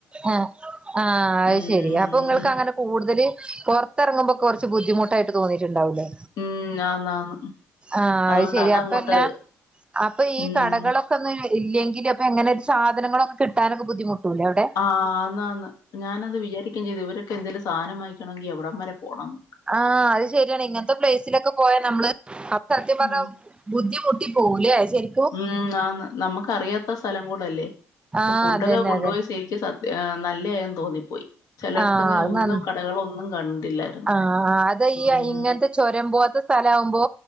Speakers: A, on the right; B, on the left.
A: ആഹ് ആഹ് അത്
B: ഉം
A: ശെരി. അപ്പൊ നിങ്ങക്കങ്ങനെ കൂടുതല് പൊറത്തിറങ്ങുമ്പോ കുറച്ച് ബുദ്ധിമുട്ടായിട്ട് തോന്നിയിട്ടുണ്ടാവൂലേ
B: ഉം ആന്ന് ആന്ന്
A: ആഹ്
B: അതുകൊണ്ട്
A: അത് ശരി.
B: അതങ്ങോട്ട്
A: അപ്പെന്നാ അപ്പൊ ഈ
B: ഉം
A: കടകളൊ ക്കൊന്ന് ഇല്ലെങ്കില് അപ്പോ എങ്ങനെ ഒരു സാധനങ്ങളൊക്കെ കിട്ടാനൊക്കെ ബുദ്ധിമുട്ടൂല്ലേ അവ്ടെ.
B: ആന്നാന്ന്. ഞാനത് വിചാരിക്കും ചെയ്ത് ഇവരൊക്കെ എന്തേലും സാനം വാങ്ങിക്കണെങ്കി എവിടം വരെ പോണം ന്ന്.
A: ആഹ് അത് ശരിയാണെ. ഇങ്ങനത്തെ പ്ലേസിലൊക്കെ പോയാ നമ്മള് അക്ക് സത്യം
B: ഉം
A: പർഞാ ബുദ്ധിമുട്ടി പോവൂല്ലെ ശരി
B: മ് ആന്ന് നമുക്കറിയാത്ത സ്ഥലം കൂടല്ലേ അപ്പം
A: ആഹ്
B: ഫുഡൊക്കെ
A: അതന്നെ
B: കൊണ്ടുപോയി
A: അതന്നെ
B: സേ എനിക്ക് സത്യ നല്ലയായെന്ന് തോന്നി പോയി. ചിലെയെട്ത്തങ്ങ്
A: ആഹ് അത്
B: ഒന്നും
A: നന്ന്
B: കടകളൊന്നും കണ്ടിട്ട്ല്ലായിരുന്നു.
A: ആഹ് അത്
B: മ്
A: ഈ ഇങ്ങനത്തെ ചുരം പോലത്തെ സ്ഥലാവുമ്പോ